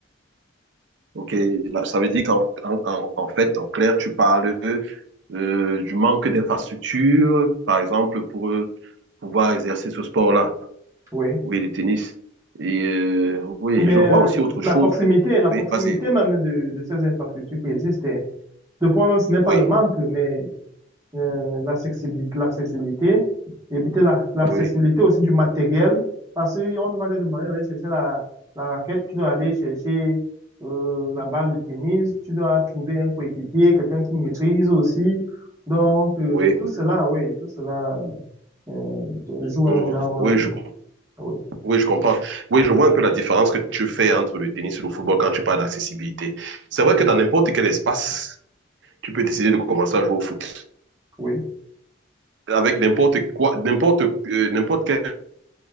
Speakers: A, on the right (about 65°); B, on the right (about 15°).
A: Ok, là, ça veut dire qu'en en, en- en fait, en clair, tu parles euh, du manque d'infrastructures, par exemple, pour pouvoir exercer ce sport-là.
B: Oui.
A: Oui, le tennis. Et euh, oui,
B: Ou bien
A: je vois aussi
B: euh,
A: autre
B: la
A: chose.
B: proximité, la
A: Oui,
B: proximité
A: vas-y.
B: même de, de ces infrastructures qui existent. hein. Des fois même, ce n'est pas
A: Oui,
B: le manque, mais euh, l'accessibilité, l'accessibilité, éviter la- l'accessibilité
A: oui,
B: aussi du matériel, parce qu'on va te demander d'aller chercher la, la raquette, tu dois aller chercher euh, la balle de tennis, tu dois trouver un coéquipier, quelqu'un qui maîtrise aussi. Donc, euh,
A: oui.
B: tout cela, oui, tout cela euh, joue un
A: euh,
B: grand rôle,
A: oui,
B: oui.
A: je, com-
B: Oui,
A: oui, je comprends. Oui, je vois un peu la différence que tu fais entre le tennis et le football quand tu parles d'accessibilité. C'est
B: oui,
A: vrai que dans n'importe quel espace, tu peux décider de commencer à jouer au foot.
B: oui,
A: Avec n'importe quoi, n'importe euh, n'importe quel